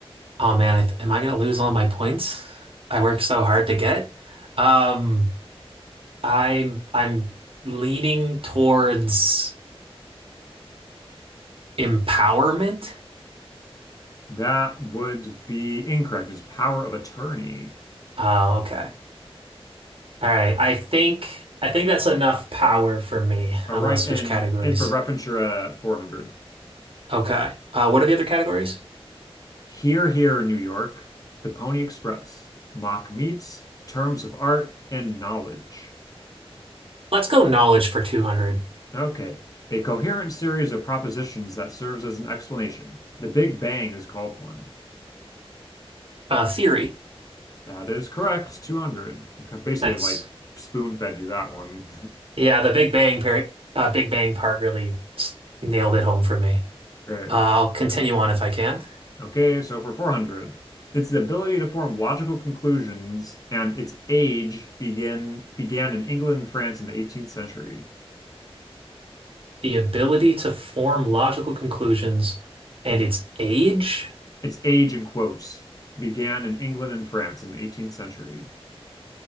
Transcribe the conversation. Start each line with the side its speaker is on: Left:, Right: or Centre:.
Right: Oh man, I th am I gonna lose all my points? I worked so hard to get. Um, I'm I'm leaning towards empowerment.
Left: That would be incorrect. It's power of attorney.
Right: Oh, okay. All right. I think I think that's enough power for me.
Left: All
Right: I
Left: right.
Right: want to switch
Left: And
Right: categories.
Left: and for reference, you're at 400.
Right: Okay. Uh, what are the other categories?
Left: Here, here, New York, the Pony Express, mock meets, terms of art, and knowledge.
Right: Let's go knowledge for 200.
Left: Okay. A coherent series of propositions that serves as an explanation. The Big Bang is called one.
Right: Uh, theory.
Left: That is correct. 200. Basically,
Right: Nice.
Left: like spoon fed you that one.
Right: Yeah, the Big Bang part, uh, Big Bang part really nailed it home for me.
Left: <laughs> Great.
Right: Uh, I'll continue on if I can.
Left: Okay, so for 400, it's the ability to form logical conclusions, and its age begin began in England and France in the 18th century.
Right: The ability to form logical conclusions and its age.
Left: Its age in quotes began in England and France in the 18th century.